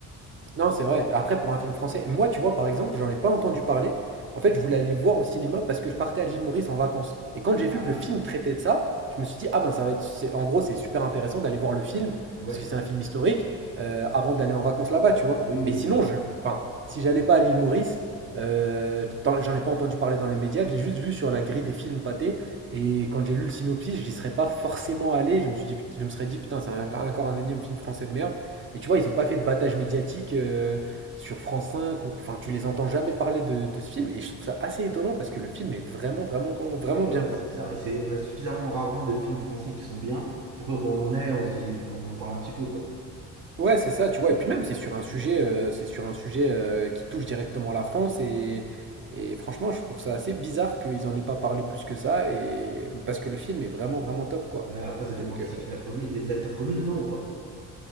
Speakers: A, on the right (about 40°); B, on the right (about 70°).
A: Non, c'est vrai. Après, pour un film français, moi, tu vois, par exemple, j'en ai pas entendu parler. En fait, je voulais aller le voir au cinéma parce que je partais à l'île Maurice en vacances. Et quand j'ai vu
B: Ah,
A: que le film traitait de ça, je me suis dit, ah ben, ça va être. c'est- En gros, c'est super intéressant d'aller voir le film,
B: ouais.
A: parce que c'est un film historique, euh, avant d'aller en vacances là-bas, tu vois.
B: Oui, oui,
A: Mais
B: bien
A: sinon,
B: sûr.
A: je... enfin, si j'allais pas à l'île Maurice, euh, t'en- j'en ai pas entendu parler dans les médias, je l'ai juste vu sur la grille des films pâtés. Et quand j'ai lu le synopsis, j'y serais pas forcément allé. Je me suis dit, put- je me serais dit, putain, c'est un- encore un énième film français de merde. Mais tu vois, ils n'ont pas fait de battage médiatique euh, sur France cinq Ou, enfin, tu les entends jamais parler de, de ce film. Et je trouve ça assez étonnant parce que le film est vraiment, vraiment, quand- vraiment
B: Ouais,
A: bien,
B: ouais,
A: quoi.
B: c'est bizarre. Et c'est, on a suffisamment rarement de films français qui sont bien pour que quand on en est, on se dise, enfin, on en parle un petit peu quoi.
A: Ouais, c'est ça, tu
B: Ah,
A: vois. Et puis même, c'est sur un sujet, euh, c'est sur un sujet euh, qui touche directement la France. Et, et franchement, je trouve ça assez bizarre qu'ils en aient pas parlé plus que ça. Et parce que le film est vraiment, vraiment top, quoi.
B: ouais, après ça dépend
A: Donc,
B: qui
A: euh,
B: c'est qui l'a produit. Il y a des acteurs connus dedans ou pas